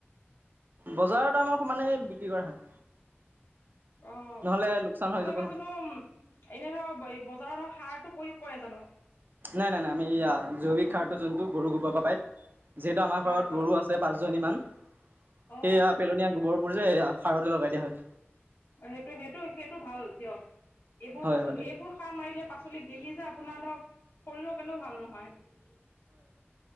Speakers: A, on the right (about 50°); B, on the left (about 65°).
A: বজাৰৰ দামৰ সমানে, বিক্ৰী কৰা হয়।
B: অ',
A: নহ'লে লোকচান হৈ
B: আপোনালোকে
A: যাব ন।
B: জানো, এনে ধৰক, বজাৰত ধৰক সাৰ টো, প্ৰয়োগ কৰে জানো।
A: নাই-নাই-নাই, আমি জৈৱিক সাৰতটো যোনটো, গৰু গোবৰ পৰা পাই যিহেতু আমাৰ
B: হয়
A: ঘৰত
B: হয়
A: গৰু আছে পাঁচজনী মান। সেইয়া
B: অ
A: পেলনীয়া গোবৰবোৰ যে, এয়া সাৰতে, লগাই দিয়া হয়।
B: অ', সেইটো-সেইটো-সেইটো, ভাল দিয়ক। এইবোৰ
A: হয়
B: পাচলি,
A: হয়
B: এইবোৰ সাৰ মাৰিলে পাচলি গেলি যে, আপোনাৰ ধৰ, শৰীৰৰ কাৰ'নেও ভাল নহয়।